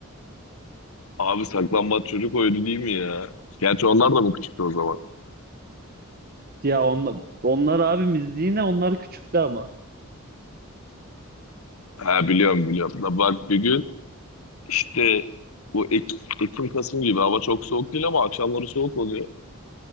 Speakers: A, on the left; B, on the right.
A: Abi saklambaç çocuk oyunu değil mi ya? Gerçi onlar da mı küçüktü o zaman?
B: Ya onlar, onlar abimiz yine onlar küçüktü ama.
A: Ha biliyorum biliyorum. Da bak bir gün işte bu Ek- Ekim Kasım gibi hava çok soğuk değil ama akşamları soğuk oluyor.